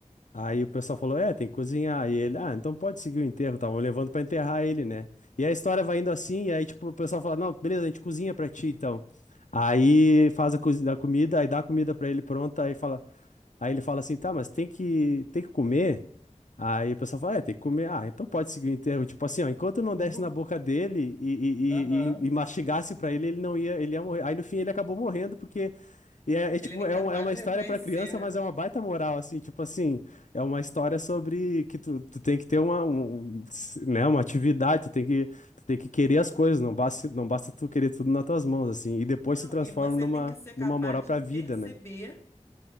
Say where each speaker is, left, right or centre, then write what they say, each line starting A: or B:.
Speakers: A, on the left; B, on the left.
A: Aí o pessoal falou: É, tem que cozinhar. E ele, ah, então pode seguir o enterro. Estavam levando pra enterrar ele, né? E a história vai indo assim. E aí, tipo, o pessoal fala: Não, beleza, a gente cozinha pra ti, então. Aí faz a, cozi- a comida, aí dá a comida pra ele pronta. Aí fala, aí ele fala assim: Tá, mas tem que, tem que comer. Aí o pessoal fala: É, tem que comer. Ah, então pode seguir o enterro. Tipo assim, ó, enquanto não desse
B: uhum,
A: na boca dele e,
B: aham.
A: e, e, e- e mastigasse pra ele, ele não ia, ele ia morrer. Aí no fim ele acabou morrendo porque e é, é, tipo,
B: Ele era incapaz
A: é, um- é uma
B: de
A: história
B: reconhecer,
A: pra criança,
B: né?
A: mas é uma baita moral, assim, tipo assim, é uma história sobre que tu, tu tem que ter uma, um, s- né, uma atividade, tu tem que, tu tem que querer as coisas, não basta, não basta tu querer tudo nas tuas mãos, assim, e depois
B: Não,
A: se transforma
B: e você
A: numa,
B: tem que ser capaz
A: numa moral pra
B: de perceber
A: vida, né?